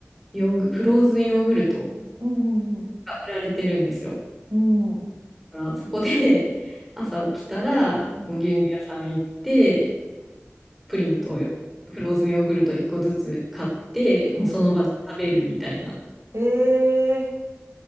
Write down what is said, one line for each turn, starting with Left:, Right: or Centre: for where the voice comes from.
Centre: ヨーグ、フローズンヨーグルト
Right: うん、うん、
Centre: が売られてるんですよ。
Right: うん、うん、
Centre: からそこで <laughs> 朝起きたら、
Right: うん。
Centre: もう牛乳屋さん行って、プリンとよフローズンヨーグルト1個ずつ買って、もうその場で食べるみたいな、
Right: うんえーええ